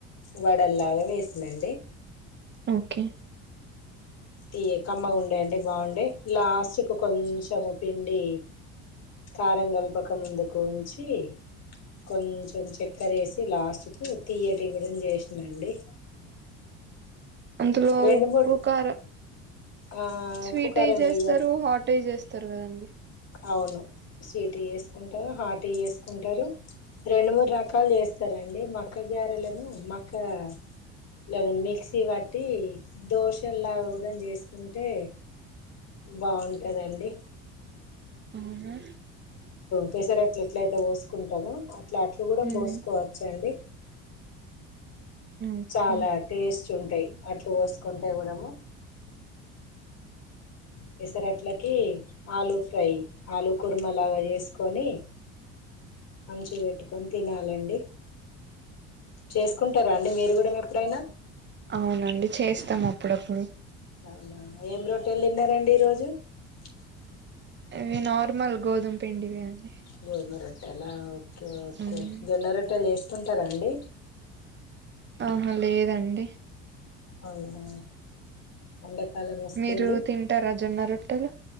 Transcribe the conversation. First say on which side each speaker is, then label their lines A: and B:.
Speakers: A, on the left; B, on the right.
A: వడల్లాలే ఎస్నండి
B: ఓకే
A: తీయ కమ్మగుండె అండి బాగుండే లాస్ట్ కు కొంచెము పిండి కారం కలపక ముందుకు ఉంచి కొంచెం చక్కర వేసి లాస్ట్ కు తీయటివ్వడం చేసినండి
B: అందులో
A: రెండు
B: ఉప్పు
A: మూడు
B: కారం
A: ఆ
B: స్వీట్
A: ఉప్పు కారం
B: అయి చేస్తారు
A: వేయ
B: హాట్ అయి చేస్తారు కదండి
A: అవును స్వీట్ వేసుకుంటారు హాట్ వేసుకుంటారు రెండు మూడు రకాలు చేస్తారండి మక్క గారెలను మక్కలను మిక్సీ పట్టి దోశలాగా కూడా చేసుకుంటే బాగుంటదండి
B: అవును
A: పెసర్ అట్లా ఎట్ల అయితే పోసుకుంటాముో అట్లా అట్లు కూడా
B: ఉమ్
A: పోసుకోవచ్చ అండి
B: ఓకే
A: చాలా టేస్ట్ ఉంటాయి అట్లు పోసుకుంటే ఇవడము పెసరట్లాన్ కి ఆలుూ ఫ్రై ఆలు కుర్మలాగా చేసుకొని అంచి వేట్ కొన్ తినా హలో అండి చేసుకుంటారా అండి మీరు కూడా మీర్ ప్పుడైనా
B: అవునండి చేస్తాం అప్పుడప్పుడు
A: అవునా ఏం రోట్టలు తిన్నారండి ఈరోజు పజ
B: ఇవి నార్మల్ గోధుమ పిండివి అండి
A: గోయ మరాఠ ట్టలా ఓకే ఓకే
B: అవును
A: జోన్నరొట్టెలు చేస్ చెత్తుంటూరా అండి
B: ఆహా లేదండి
A: అవునా ఎండాకాలం వస్తుంది
B: మీరు తింటారా జొన్న రొట్టెలు